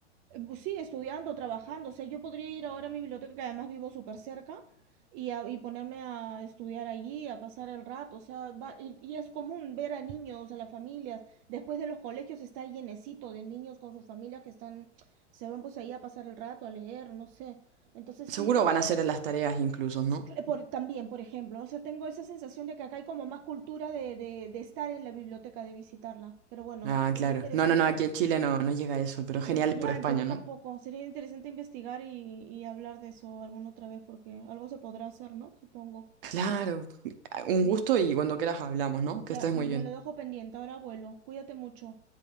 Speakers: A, on the right; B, on the right.
A: eh, pues sí, estudiando, trabajando. O sea, yo podría ir ahora a mi biblioteca, que además vivo súper cerca, y, a- y ponerme a estudiar allí, a pasar el rato. O sea, va- y, y es común ver a niños, a las familias. Después de los colegios está llenecito de niños con sus familias que están, se van pues ahí a pasar el rato, a leer, no sé. Entonces
B: Seguro
A: sí, tengo
B: van a
A: las...
B: hacer las tareas incluso,
A: s-
B: ¿no?
A: cl- Por, también, por ejemplo, o sea, tengo esa sensación de que acá hay como más cultura de, de, de estar en la biblioteca, de visitarla. Pero bueno,
B: Ah,
A: sería
B: claro.
A: interesante
B: No, no, no, aquí en Chile no, no llega a eso, pero
A: Investi-
B: genial por
A: ya,
B: España,
A: en Perú
B: ¿no?
A: tampoco. Sería interesante investigar y, y hablar de eso alguna otra vez porque algo se podrá hacer, ¿no? Supongo.
B: Claro, un
A: Sí.
B: gusto y cuando quieras hablamos, ¿no? Que
A: Ya,
B: estés
A: me
B: muy
A: me
B: bien.
A: lo dejo pendiente. Ahora vuelo. Cuídate mucho.